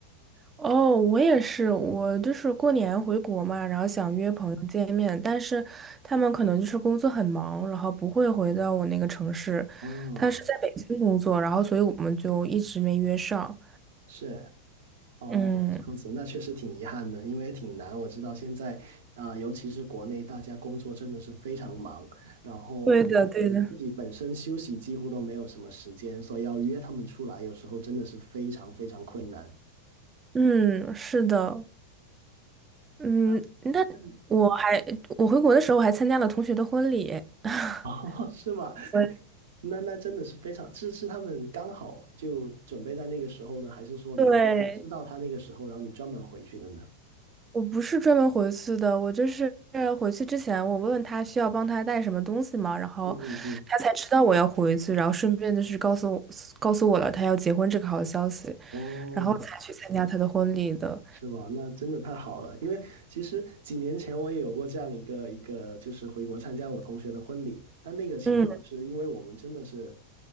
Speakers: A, on the right (about 20°); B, on the right (about 60°).
A: 哦，我也是，我就是过年回国嘛，然后想约朋友见面，但是他们可能就是工作很忙，然后不会回到我那个城市。
B: 哦，
A: 他是在北京工作，然后所以我们就一直没约上。
B: 是。哦，
A: 嗯，
B: 这样子，那确实挺遗憾的，因为挺难。我知道现在，啊、尤其是国内，大家工作真的是非常忙，然后
A: 对的，对的。
B: 自己本身休息几乎都没有什么时间，所以要约他们出来，有时候真的是非常非常困难。
A: 嗯，是的。嗯，
B: 啊，你，
A: 我还我回国的时候，我还参加了同学的婚礼。我
B: 哦，<laughs> 是吗？
A: <laughs>
B: 那那真的是非常，是是他们刚好就准备在那个时候呢，还是说你你知道他那个时候，
A: 对，
B: 然后你专门回去的呢？
A: 我不是专门回去的，我就是回去之前，我问问他需要帮他带什么东西嘛，然后他才知道我要回去，
B: 嗯嗯嗯。
A: 然后顺便就是告诉我告诉我了他要结婚这个好消息，
B: 哦，
A: 然后才去参加他的婚礼的。
B: 是吗？那真的太好了，因为其实几年前我也有过这样一个一个，就是回国参加我同学的婚礼，但那个情况就是因为我们真的是，
A: 嗯，